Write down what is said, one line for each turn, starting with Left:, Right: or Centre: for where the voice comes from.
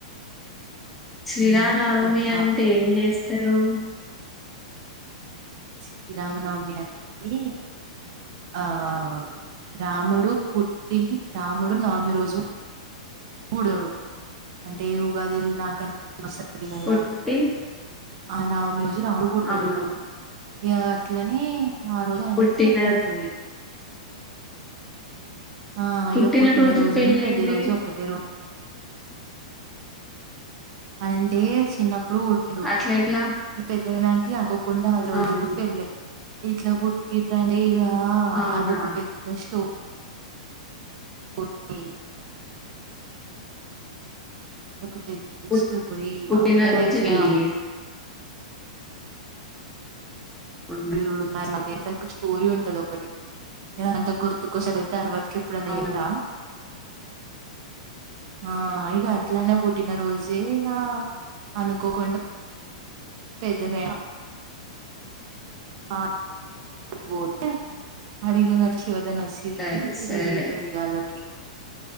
Centre: శ్రీ
Right: మ్
Centre: రామనవమి
Right: గట్లా
Centre: అంటే ఏం చేస్త స్థారు
Right: శ్రీరామనవమీ అంటే ఈ ఆ ఆ ఆ రాముడు పుట్టి రాముడు నమి రోజు ఊడోడు అంటే ఉగాది ఎల్లినాక వస్సది కదా
Centre: పుట్టి
Right: ఆయన మ్యూజి రాలగొడుతాడు
Centre: అవును
Right: ఇగ ప ఇట్లని ఆ రోజు ఆయనకి
Centre: పుట్టిన
Right: పెద్ద అయితది ఆ అయ్యో
Centre: పుట్టిన
Right: పుట్టినరోజును
Centre: రోజు పెళ్ళండి
Right: పెళ్లి రోజు ఒక్కటే రో <inaudible> అంటే శిన్నప్పుడు పుట్టిండు
Centre: అట్లా ఎట్లా
Right: ఇగ పెద్దగా అయినంక అనుకోకుండా అ రొ రోజుకు
Centre: అవును
Right: పెళ్ళై ఇట్ల పుట్టిండని ఇగ ఆ
Centre: అవునా
Right: అదొక పెద్ద స్టో రి ఒకో పెద్ద
Centre: పుట్-
Right: స్టోరీ ఇగ
Centre: పుట్టిన
Right: అదే
Centre: రోజే
Right: ఇట్లా
Centre: పెళ్లి చేసుకున్నారు
Right: దేవుడు కర్మ అ ఒక స్టోరీ ఉంటది ఒకటి అదంత గుర్తుకోస్త తర్వాత ఇంక ఎప్పుడన్న
Centre: అవునా
Right: చేప్తా అ ఇగ అట్లనే పుట్టిన రోజే ఇగ అనుకోకుండా పె పెద్ద గా ఆ పోతే అడిగింట శివ దన సిరికి
Centre: సరే
Right: పెళ్లి
Centre: సరే
Right: అయితది ఇగ ఆళ్లకి